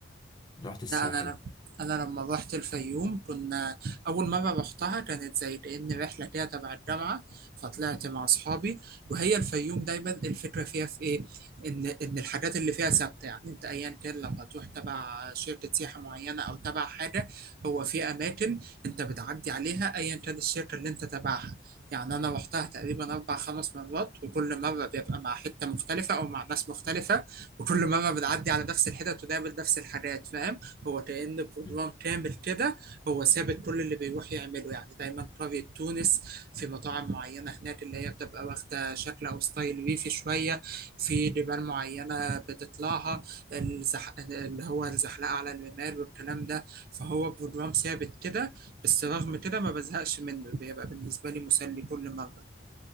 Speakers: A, on the left (about 25°); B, on the right (about 50°).
A: رحت الساحل
B: لا انا لم... انا لما روحت الفيوم كنا اول مره روحتها كانت زي كأن رحله كده تبع الجامعه فطلعت مع اصحابي وهي الفيوم دايما الفكره فيها في ايه ان ان الحاجات اللي فيها ثابته يعني انت ايا كان لو هتروح تبع شركه سياحه معينه او تبع حاجه هو في اماكن انت بتعدي عليها ايا كان الشركه اللي انت تبعها يعني انا روحتها تقريبا اربع خمس مرات وكل مره بيبقى مع حته مختلفه او مع ناس مختلفه وكل مره بتعدي على نفس الحتت وتقابل نفس الحاجات فاهم هو كأن بروجرام
A: مم.
B: كامل كده هو ثابت كل اللي بيروح يعمله يعني دايما قرية تونس في مطاعم معينة هناك اللي هي بتبقى واخدة شكل أو ستايل ريفي شوية في جبال معينة بتطلعها الزح... اللي هو الزحلقة على الرمال والكلام ده فهو بروجرام ثابت كده بس رغم كده ما بزهقش منه بيبقى بالنسبة لي مسلي كل مرة